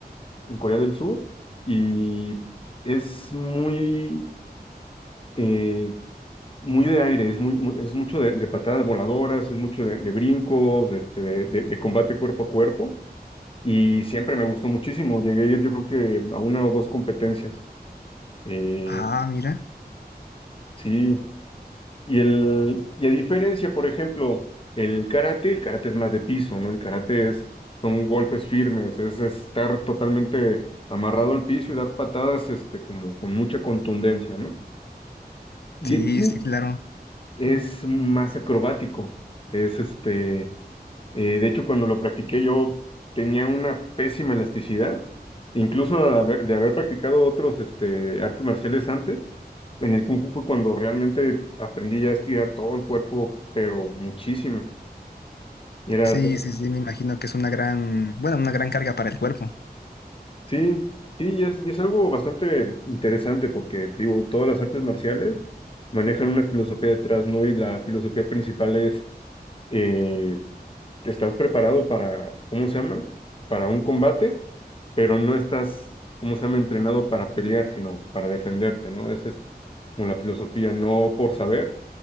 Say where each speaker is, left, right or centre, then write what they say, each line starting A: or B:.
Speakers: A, on the left; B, on the left.
A: en Corea del Sur, y es muy, eh, muy de aire, es muy, muy- es mucho de, de patadas voladoras, es mucho de, de brincos, de, este, de, de combate cuerpo a cuerpo, y siempre me gustó muchísimo. Llegué a ir, yo creo que a una o dos competencias. Eh,
B: Ah, mira.
A: sí, Y, el, y a diferencia, por ejemplo, el karate, el karate es más de piso, ¿no? El karate es son golpes firmes, es estar totalmente amarrado al piso y dar patadas, este, como con mucha contundencia, ¿no? Y
B: Sí,
A: el kung
B: sí, claro.
A: es más acrobático, es este, eh, de hecho, cuando lo practiqué yo tenía una pésima elasticidad, incluso al haber- de haber practicado otros este, artes marciales antes, en el Kung Fu fue cuando realmente aprendí ya a estirar todo el cuerpo, pero muchísimo. Y era,
B: Sí,
A: así-
B: sí, sí, me imagino que es una gran, bueno, una gran carga para el cuerpo.
A: sí, sí, y es, y es algo bastante interesante porque, digo, todas las artes marciales manejan una filosofía detrás, ¿no? Y la filosofía principal es eh, estás preparado para, ¿cómo se llama? Para un combate, pero no estás, ¿cómo se llama? Entrenado para pelear, sino para defenderte, ¿no? Esa es como la filosofía, no por saber